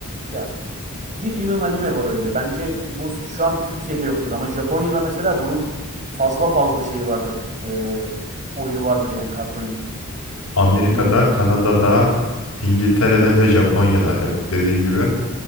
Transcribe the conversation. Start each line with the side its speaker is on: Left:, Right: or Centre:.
Right: Ya bir yığın anime var öyle. Bence bu şu an Türkiye'de yoktur ama Japonya'da mesela bunun fazla fazla şeyi vardır. Ee, oyunu vardır yani kart oyunu.
Left: Amerika'da,
Right: Bilinmeyen.
Left: Kanada'da, İngiltere'de ve Japonya'da evet dediğin gibi